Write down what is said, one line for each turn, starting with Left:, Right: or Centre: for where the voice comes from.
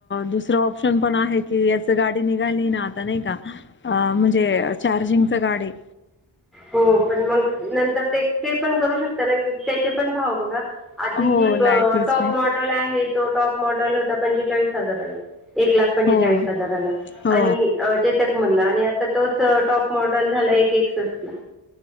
Left: दुसरं ऑप्शन पण आहे की याच गाडी ते निघाली ना आता नाही का आ म्हणजे चार्जिंग च गाडी आहे
Centre: हो पण मग नंतर ते ते पण करू शकता ना त्याचे पण भाव बघा आधी
Left: हो
Centre: जी
Left: लायटीचे
Centre: प अ टॉप मॉडल आहे तो टॉप मॉडल होता पंचेचाळीस हजाराला एक लाख पंचेचाळीस
Left: हो
Centre: हजाराला
Left: हो
Centre: आणि चेतक मधला आणि आता तोच टॉप मॉडल झाला एक ऐकसषटला